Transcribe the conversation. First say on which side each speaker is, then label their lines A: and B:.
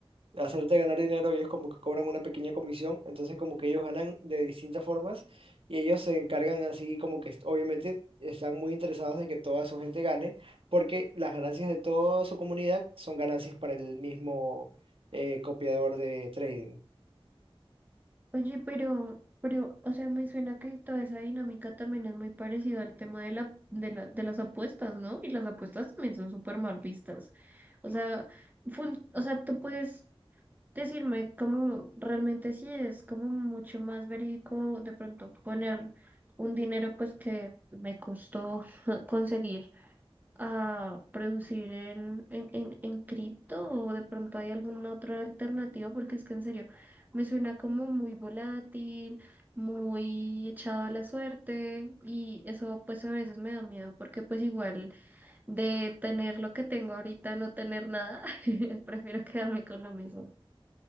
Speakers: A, on the right; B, on the right.
A: hacerte ganar dinero, ellos como que cobran una pequeña comisión, entonces como que ellos ganan de distintas formas y ellos se encargan así como que est- obviamente están muy interesados de que toda su gente gane, porque las ganancias de toda su comunidad son ganancias para el mismo eh, copiador de trading.
B: Oye, pero, pero, o sea, me suena que toda esa dinámica también es muy parecida al tema de la, de la, de las apuestas, ¿no? Y las apuestas también son súper mal vistas. O sea, fun- o sea, tú puedes decirme cómo realmente sí es como mucho más verídico de pronto poner un dinero pues que me costó <laughs> conseguir a producir en, en, en, en cripto o de pronto hay alguna otra alternativa porque es que en serio me suena como muy volátil, muy echado a la suerte y eso pues a veces me da miedo porque pues igual de tener lo que tengo ahorita a no tener nada, <laughs> prefiero quedarme con lo mismo.